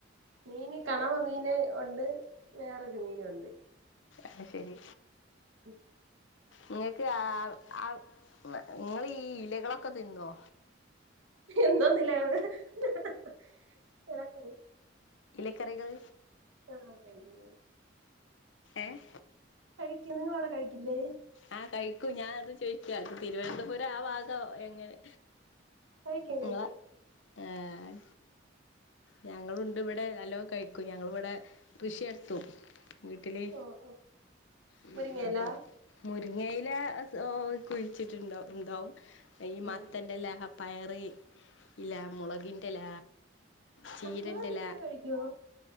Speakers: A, on the right; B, on the left.
A: മീന് കണവാ മീന് ഒണ്ട് വേറൊരു മീന് ഒണ്ട്
B: ആയ് ശേരി
A: ഉം
B: നിങ്ങക്ക് ആഹ് ആഹ് നിങ്ങള് ഈ ഇലകളൊക്കെ തിന്നോ
A: എന്തോ ന്ന്ഇലകള് ഞാനാ ഇലക്കറി
B: ഇലക്കറികൾ
A: ആഹ് കഴിക്കും കഴിക്കും
B: ഏഹ്
A: കഴിക്കും നിങ്ങള് അവടെ കഴിക്കില്ലേ
B: ആഹ് കയിക്കൂം ഞാന് അത് ചോയിക്ക്യാ തിരുനന്തപുരം ആഹ് <unintelligible> എങ്ങനെ
A: കഴിക്കും
B: നിങ്ങളാ
A: കഴിക്കും
B: ഏഹ് ഞങ്ങളുണ്ട് ഇവടെ നല്ലോ കയിക്കും ഞങ്ങള് ഇവടെ കൃഷി നടത്തും വീട്ടില്
A: ഓ ഓ
B: ഉം
A: മുരിങ്ങയില
B: അപ്പൊ മുരിങ്ങയില കുഴിച്ചിട്ട് ഇണ്ടാവും ഈ
A: ഉം
B: മത്തന്റെലാ പയറി ഇലാ മൊളകിൻ്റെല ചീരൻ്റെല
A: മുളകിന്റെ ഇല കഴിക്കോ